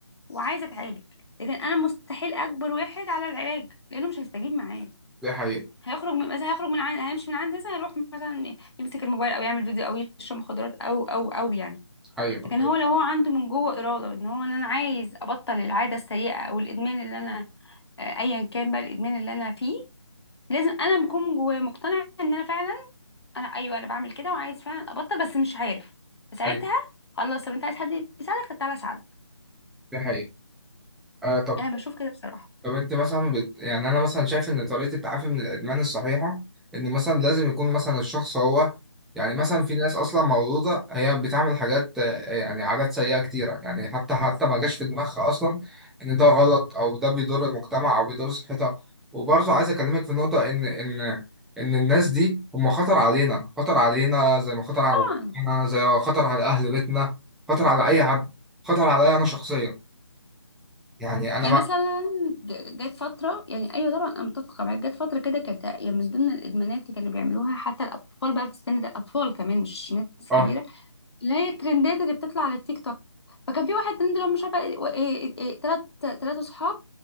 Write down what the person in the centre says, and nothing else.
دي حقيقة
ايوه
ايوه
أيوة،
دي حقيقة آه طب
طب انت مثلا بت... يعني انا مثلا شايف ان طريقه التعافي من الادمان الصحيحه ان مثلا لازم يكون مثلا الشخص هو يعني مثلا في ناس اصلا مولوده هي بتعمل حاجات آه، يعني عادات سيئه كتيره يعني حتى حتى ما جاش في دماغها اصلا ان ده غلط او ده بيضر المجتمع او بيضر صحتها وبرضه عايز اكلمك في نقطه ان ان ان الناس دي هم خطر علينا خطر علينا زي ما خطر على
مجتمعنا زي ما خطر على اهل بيتنا خطر على اي حد خطر عليا انا شخصيا يعني انا
ما
اه